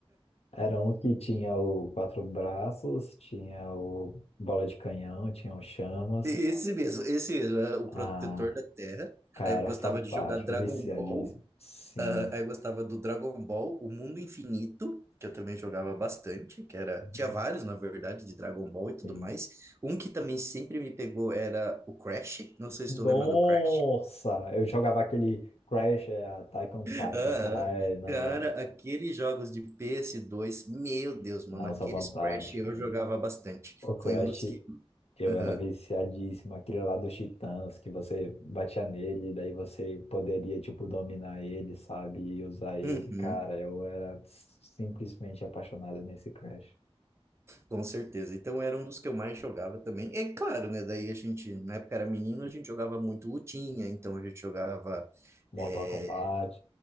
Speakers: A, on the left; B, on the right.
A: Era um que tinha o Quatro Braços, tinha o Bola de Canhão, tinha o Chamas.
B: Esse mesmo, esse mesmo, é o
A: Ah,
B: protetor da Terra.
A: cara,
B: Aí eu gostava
A: fantástico,
B: de jogar Dragon
A: viciadíssimo.
B: Ball.
A: Sim.
B: ah, aí eu gostava do Dragon Ball, o Mundo Infinito, que eu também jogava bastante, que era,
A: Uhum,
B: tinha vários, na verdade, de Dragon Ball e tudo
A: Sim.
B: mais. Um que também sempre me pegou era o Crash. Não sei se
A: Nossa!
B: tu lembra do Crash.
A: Eu jogava aquele Crash, é, Attack on
B: <laughs>
A: Titan,
B: Aham.
A: sei lá, é, não,
B: Cara,
A: é,
B: aqueles jogos de ps dois, meu Deus, mano,
A: nossa,
B: aqueles
A: fantástico.
B: Crash eu jogava
A: né?
B: bastante.
A: O Crash
B: Foi um dos que.
A: Eu
B: Aham.
A: era viciadíssimo, aquele lá dos Titãs, que você batia nele, e daí você poderia, tipo, dominar ele, sabe? E usar ele.
B: Uhum.
A: Cara, eu era simplesmente apaixonado nesse Crash.
B: Com certeza. Então era um dos que eu mais jogava também. É claro, né? Daí a gente, na época era menino, a gente jogava muito lutinha, então a gente jogava.
A: Mortal
B: eh,
A: Kombat.